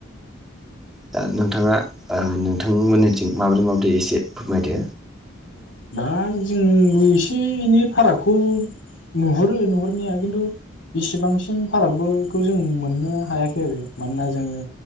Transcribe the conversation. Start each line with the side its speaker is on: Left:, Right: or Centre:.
Centre: दा नोंथाङा नोंथांमोननिथिं माबोरै माबोरै एसे फोरमायदो?
Left: औ दा जोंबो एसे एनै फारागखौ नुहुरो नुहुरनाया खिन्थु बेसेबांसिम फारागखौ जों मोननो हायाखै आरो। मानोना जोङो